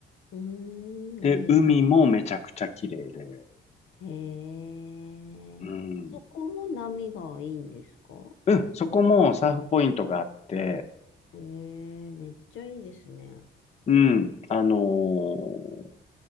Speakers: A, on the left; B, on the left.
A: うー
B: で、
A: ん、へえ。
B: 海もめちゃくちゃ綺麗で、
A: へえ。
B: うん、
A: そこも波がいいんですか
B: うん、そこもサーフポイントがあって、
A: へえ、めっちゃいいですね。
B: うん、あのー